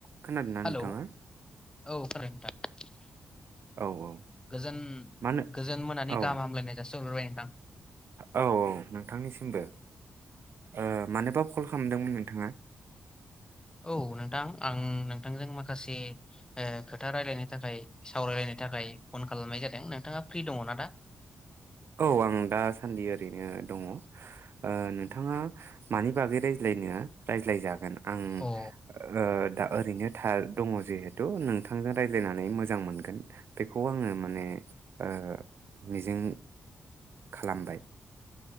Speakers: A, on the right; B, on the left.
A: खोनादोंना
B: हेलौ,
A: नोंथाङा
B: औ खोनादों।
A: औ औ
B: गोजोन
A: मानो
B: गोजोन मोनानि
A: औ
B: गाहाम हामलायनाय जा सि हरग्रोबाय नोंथां।
A: औ औ नोंथांनिसिमबो। ओ मानोबा कल खालामदोंमोन नोंथाङा?
B: औ नोंथां आं नोंथांजों माखासे ओ खोथा रायलायनो थाखाय सावरायलायनो थाखाय फन खालामनाय जादों नोंथाङा फ्रि दङ ना दा?
A: औ आं दासान्दि ओरैनो दङ। ओ नोंथाङा मानि बागै रायज्लायनो राज्लाय जागोन आं
B: अ औ
A: ओ दा ओरैनो थार दङ जिहेथु नोंथांजों रायज्लायनानै मोजां मोनगोन बेखौ आङो माने ओ मिजिं खालामबाय।